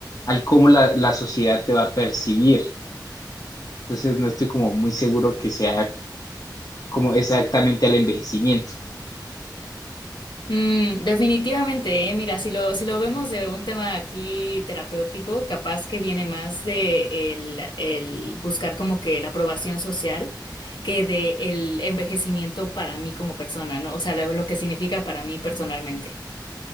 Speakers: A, on the left (about 50°); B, on the left (about 85°).
A: al cómo la, la sociedad te va a percibir. Entonces no estoy como muy seguro que sea como exactamente al envejecimiento.
B: Mm, definitivamente, eh, Mira, si lo, si lo vemos de un tema aquí terapéutico, capaz que viene más de el, el buscar como que la aprobación social que de el envejecimiento para mí como persona, ¿no? O sea, lo, lo que significa para mí personalmente.